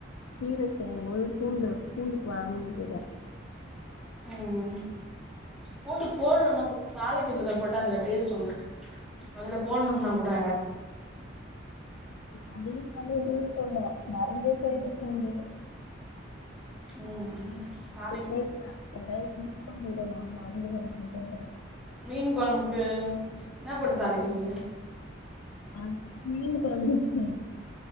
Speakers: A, on the left (about 85°); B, in the centre.
A: கீர செய்யும்போது பூண்டு பூண்டு போடாம செய்தே
B: ம் பூண்டு போல்னா அது தாளிக் துல போட்டா அதுல டேஸ்ட் வந்துரு அதுல போடணுன்னா
A: அதுதா
B: கூட
A: அடியு <unintelligible> மறந்தே போய்ட்டே <unintelligible>
B: ம் ம் நாளைக்கி
A: கேக்குறே ஏதாவது மிஸ் பண்ணிடனா மறந்துடனா கேக்கறே
B: மீன் கொழம்புக்கு என்னா போட்டு தாளிக்கிறிங்க
A: அது மீனு கொழும்புக்கு